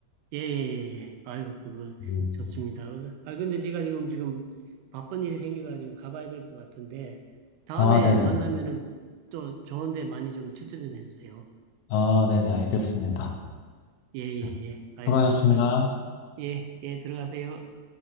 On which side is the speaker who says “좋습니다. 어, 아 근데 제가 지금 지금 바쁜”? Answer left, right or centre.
Right